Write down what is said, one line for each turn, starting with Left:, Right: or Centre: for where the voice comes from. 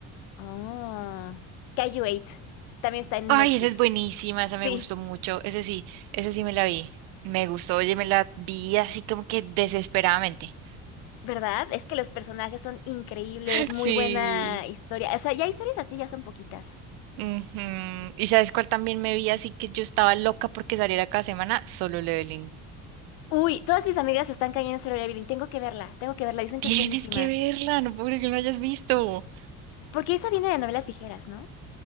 Left: Oh, Kaiju 8, también está en
Right: Ay,
Left: Netflix.
Right: esa es buenísima, esa me
Left: Sí.
Right: gustó mucho. Ese sí, ese sí me la vi. Me gustó, oye, me la vi así como que desesperadamente.
Left: ¿Verdad? Es que los personajes son increíbles,
Right: <laughs>
Left: muy
Right: Sí.
Left: buena historia. O sea, ya historias así ya son poquitas.
Right: Ujú. ¿Y sabes cuál también me vi así que yo estaba loca porque saliera cada semana? Solo Leveling.
Left: Uy, todas mis amigas están cayendo en Solo Leveling. Tengo que verla, tengo que verla. Dicen
Right: Tienes
Left: que es buenísima.
Right: que verla, no puedo creer que no la hayas visto.
Left: Porque esa viene de novelas ligeras, ¿no?